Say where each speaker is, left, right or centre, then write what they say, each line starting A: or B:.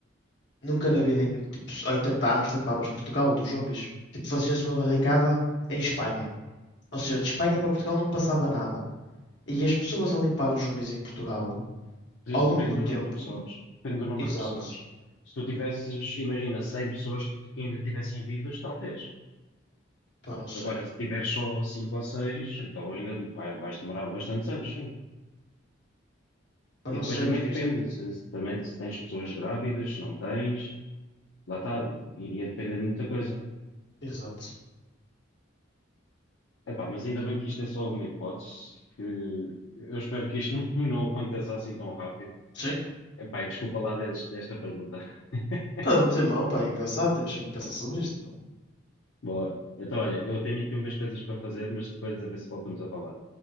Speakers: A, on the left (about 55°); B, on the left (about 75°).
A: nunca na vida em tipo, 80 anos limpavas Portugal dos zombies. Tipo, fazias uma barricada em Espanha. Ou seja, de Espanha para Portugal não passava nada. E as pessoas a limpar os zombies em Portugal,
B: De-
A: ao
B: Depende
A: longo do
B: do
A: tempo,
B: número de pessoas. Depende do número
A: exato.
B: de pessoas. Se tu tivesses, imagina, 100 pessoas que ainda estivessem vivas, talvez.
A: Pá, não sei.
B: Agora, se tiveres só 5 ou 6, então ainda vai- vais demorar bastantes anos, sim.
A: Pá,
B: E
A: não
B: depois
A: sei
B: também
A: porque
B: depende,
A: isto.
B: se, se também, se tens pessoas grávidas, se não tens, lá está, iria depender de muita coisa.
A: Exato.
B: Epá, mas ainda bem que isto é só uma hipótese, que eu espero que isto <laughs> não, não aconteça assim tão rápido.
A: Sim,
B: Epá, e desculpa lá des- desta pergunta. <laughs>
A: Pá, não tem mal, pá, é engraçado, temos sempre que pensar sobre isto. Pá.
B: Boa. Então, olha, eu tenho aqui umas coisas para fazer, mas depois a ver se voltamos a falar.